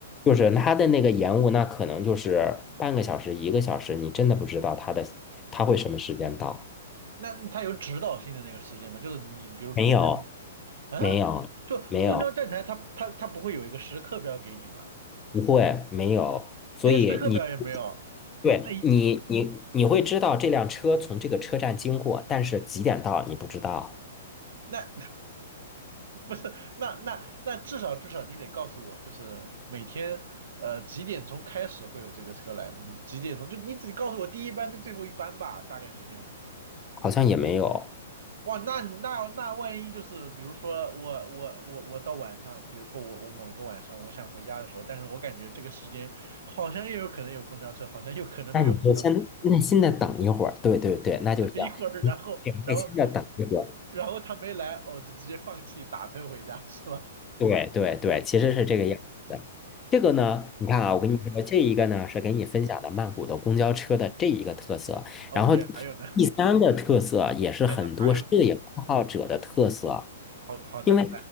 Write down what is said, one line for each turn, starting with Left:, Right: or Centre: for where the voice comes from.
Left: 就是它的那个延误，那可能就是半个小时、一个小时，你真的不知道它的它会什么时间到。
Right: 那他有指导性的那个时间吗？就是你比如说你在那个啊，
Left: 没有，没有，
Right: 就公交站台它，
Left: 没有，
Right: 它它不会有一个时刻表给你吗？
Left: 不会，没有。所以你
Right: 连时刻表也没有，
Left: 对你，
Right: 那一
Left: 你你会知道这辆车从这个车站经过，但是几点到你不知道，
Right: 那 <laughs> 不是，那那那至少至少你得告诉我，就是每天呃几点钟开始会有这个车来，嗯几点钟就你只告诉我第一班跟最后一班吧，大概时间。
Left: 好像也没有。
Right: 哇，那你那那万一就是比如说我我我我到晚上，比如说我我某一个晚上我想回家的时候，但是我感觉这个时间好像又有可能有公交车，好像又可能没有公交车，
Left: 那你就先耐心的等一会儿，对对对，那就是这样，
Right: <laughs> 一会儿然后然后
Left: 你得耐心的等一会儿。
Right: 然后他没来，哦就直接放弃打车回家是吧
Left: 对对对，其实是这个样子的。这个呢，你看啊，我跟你说，这一个呢是给你分享的曼谷的公交车的这一个特色，
Right: ？OK，
Left: 然后
Right: 还有呢，
Left: 第三个特色也是很多摄影爱好者的特色。
Right: 天呐，还有这好好的，
Left: 因为
Right: 来